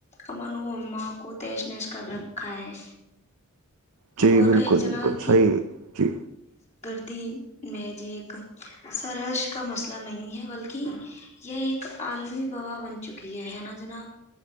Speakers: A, on the left; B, on the right.
A: امن و اماں کو تیش نش کر رکھا ہے
B: جی
A: اور
B: بالکل
A: کہیں
B: بالکل
A: جناب
B: صحیح جی
A: میں ج ایک سرش کا مسئلہ نہیں ہے بلکہ یہ ایک عالمی با بن چکی ہے ہے نا جناب